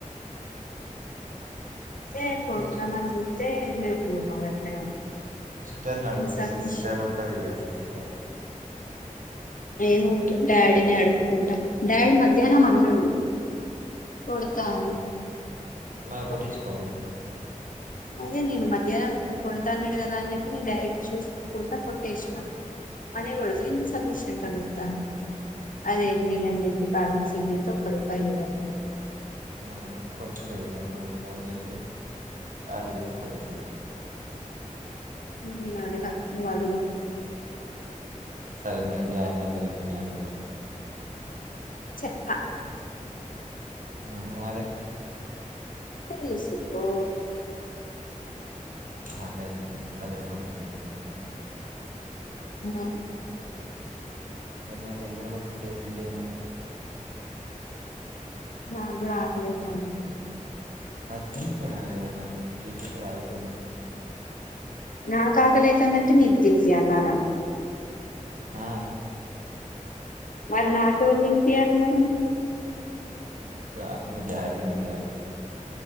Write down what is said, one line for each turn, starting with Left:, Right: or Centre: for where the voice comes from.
Left: ఏ కొడ్తానని
Right: సిస్
Left: చెప్ తె లేవ్వు నా దగ్గర
Right: సిస్టర్ని అడుగు
Left: ఇన్సఫిషియెంట్
Right: సిస్టర్ ఉంటది గా సిస్ట తరు
Left: ఏముంట డాడీని అడుక్కుంటా డాడీ మధ్యాహ్నమన్నడు కొడతా అని
Right: మ కొట్టిచ్చుకో
Left: అదే నేను మధ్యాహ్నం కొడతా అన్నాడు కదా అని చెప్పి నేను డైరెక్ట్ చూసుకుంట కొట్టేసిన అనే కొడితే
Right: ఉమ్.
Left: ఇన్ సేఫ్ఫిషియంట్ అన్నది అదేంది అని చెప్పి <unintelligible> చెక్ చేత్తే ఒక్క రూపాయి లేదు అం
Right: మళ్ని కొట్టలేదు మరి నువ్వు ఫోన్ చేషి అడుగుతే కొడుతరు
Left: నేనడగా నువ్ అడుగు
Right: సరే మీ డాడి నంబర్ చెప్పు నేను అడుగుతా
Left: చెప్ప
Right: ఉహు అదే
Left: తెలుసుకో
Right: ఆకలితంది నవీనా కొడితే పోయి తిందాం ఎమైనా
Left: ఇంగ
Right: దబ్బున పైసల్ కొడితే పోయి తింట ఏమైనా
Left: నా కూడా అకాలయితాంది
Right: మధ్యం పెనా ఏమన్న జ్యూస్ గిట్ల తాగపోయినవ్
Left: నా కాకలైతందంటే నీకు దిన్పియల్లారా
Right: ఆ
Left: మరి నాకేవల్ తినిపియ్యాలి మరి
Right: నీకా మీ డాడీ దినిపియ్యలి